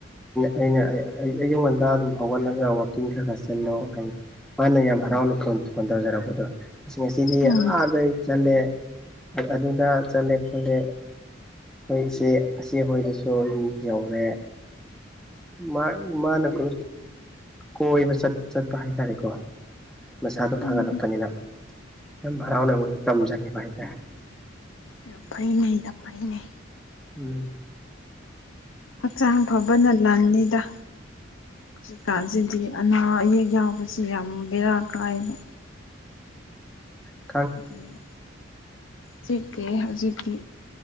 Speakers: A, in the centre; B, on the left.
A: ꯑꯩꯅ ꯑꯩꯅ ꯑꯌꯨꯛ ꯉꯟꯇꯥ ꯑꯗꯨꯝ ꯍꯧꯒꯠꯂꯒ ꯋꯥꯛꯀꯤꯡ ꯈꯔ ꯈꯔ ꯆꯜꯂꯣ ꯍꯥꯏꯌꯦ ꯃꯥꯅ ꯌꯥꯝ ꯍꯔꯥꯎꯅꯐꯣꯟ
B: ꯎꯝ
A: ꯐꯣꯟ ꯇꯧꯖꯔꯛꯄꯗꯣ ꯉꯁꯤ ꯉꯁꯤꯗꯤ
B: ꯎꯝ
A: ꯑꯥꯗ ꯆꯜꯂꯦ ꯑꯗꯨꯗ ꯆꯠꯂꯦ ꯈꯣꯠꯂꯦ ꯑꯩꯈꯣꯏ ꯏꯆꯦ ꯏꯆꯦ ꯍꯣꯏꯗꯁꯨ ꯑꯗꯨꯝ ꯌꯧꯔꯦ ꯃꯥ ꯃꯥꯅ ꯀꯣ ꯀꯣꯏꯕ ꯆꯠ ꯆꯠꯄ ꯍꯥꯏꯇꯥꯔꯦꯀꯣ ꯃꯁꯥꯗꯣ ꯐꯒꯠꯂꯛꯄꯅꯤꯅ
B: ꯎꯝ
A: ꯌꯥꯝ ꯍꯔꯥꯎꯅ ꯑꯩꯉꯣꯟꯗ ꯇꯝꯖꯔꯤꯕ ꯍꯥꯏꯇꯥꯔꯦ
B: ꯌꯥ ꯐꯩ <unintelligible> ꯐꯩꯅꯦ
A: ꯎꯝ
B: ꯍꯛꯆꯥꯡ ꯐꯕꯅ ꯂꯟꯅꯤꯗ ꯍꯧꯖꯤꯛꯀꯥꯟ <unintelligible> ꯑꯅꯥ ꯑꯌꯦꯛ ꯌꯥꯎꯕꯁꯤ ꯌꯥꯝ ꯕꯦꯔꯥ ꯀꯥꯏꯕ
A: ꯎꯝ
B: ꯑꯗꯨꯅꯤ ꯆꯤꯛꯇꯦ ꯍꯧꯖꯤꯛꯇꯤ